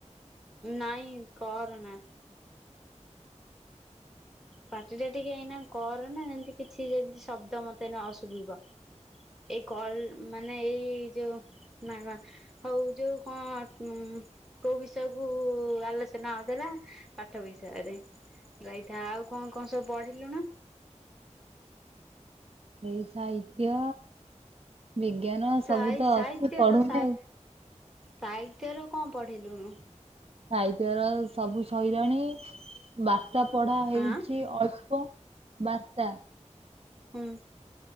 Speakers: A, in the centre; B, on the right.
A: ନାଇଁ କରନା। ପାଟି ଟା ଟିକେ ଏଇନା କରନା ଯେମିତି କିଛି ଯେମିତି ଶବ୍ଦ ମତେ ନ ଶୁଭିବ। ଏଇ କଲ୍ ମାନେ ଏଇ ଯଉ ନା ନା। ହଉ ଯଉ କଣ କୋଉ ବିଷୟ କୁ ଆଲୋଚନା ହୋଉଥିଲା? ପାଠ ବିଷୟରେ ରାଇଟ ଆଉ କଣ କଣ ସବୁ ପଢିଲୁନୁ?
B: ସେଇ ସାହିତ୍ୟ ବିଜ୍ଞାନ
A: ସାଇ
B: ସବୁ ତ
A: ସାହିତ୍ୟର
B: ଅଛି ପଢୁନି
A: ସାଇ
B: ଆଉ।
A: ସାହିତ୍ୟର କଣ ପଢ଼ିଲୁନୁ?
B: ସାହିତ୍ୟର ସବୁ ସଇଲାଣି ବାର୍ତ୍ତା ପଢା ହେଇଛି
A: ହାଁ
B: ଅଳ୍ପ। ବାର୍ତ୍ତା।
A: ହୁଁ।